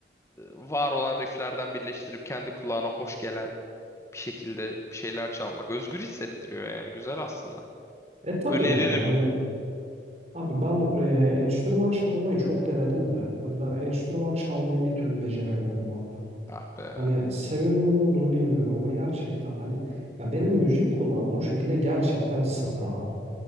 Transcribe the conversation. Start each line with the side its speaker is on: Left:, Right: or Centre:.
Left: var olan rifflerden birleştirip kendi kulağına hoş gelen bir şekilde bir şeyler çalmak özgür hissettiriyor yani güzel aslında.
Right: E tabii
Left: Öneririm.
Right: yani hani abi ben e, enstrüman çalmayı çok denedim de hani ben enstrüman çalmayı bir türlü beceremiyorum abi.
Left: Ah be.
Right: Hani sebebinin ne olduğunu bilmiyorum ama gerçekten hani ya benim müzik kulağım o şekilde gerçekten sıfır abi.